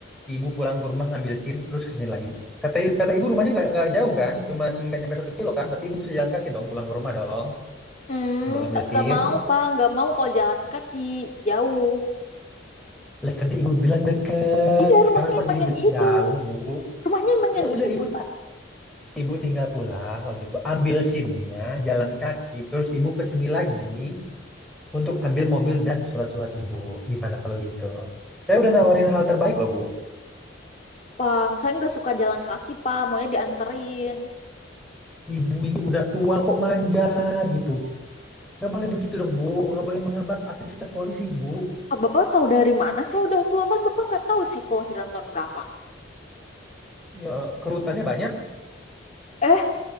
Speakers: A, in the centre; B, on the left (about 35°).
A: Ibu pulang ke rumah ngambil SIM terus ke sini lagi. Kata kata ibu rumahnya nggak nggak jauh kan, cuman nggak nyampe satu kilo kan. Berarti ibu bisa jalan kaki dong pulang ke rumah dong
B: Hmm,
A: untuk ngambil
B: ta-
A: SIM.
B: nggak mau pak, nggak mau kalau jalan kaki jauh.
A: Lah tadi ibu bilang deket,
B: Iya, rumahnya
A: sekarang kok
B: emang
A: jadi
B: yang
A: bilang
B: itu.
A: jauh, Bu?
B: Rumahnya emang
A: Ya
B: yang
A: udah
B: itu
A: ibu
B: pak.
A: ibu tinggal pulang kalau gitu. Ambil SIM-nya, jalan kaki, terus ibu ke sini lagi. untuk ambil mobil dan surat-surat ibu. Gimana kalau gitu? Saya udah nawarin hal terbaik loh, Bu.
B: Bang, saya nggak suka jalan kaki pak, maunya dianterin.
A: Ibu ini udah tua kok manja gitu. Nggak boleh begitu dong, Bu. Nggak boleh menghambat aktivitas polisi, Bu.
B: Ah, bapak tahu dari mana? Saya udah tua kan, bapak nggak tahu saya kelahiran tahun berapa.
A: Ya, kerutannya banyak.
B: Eh,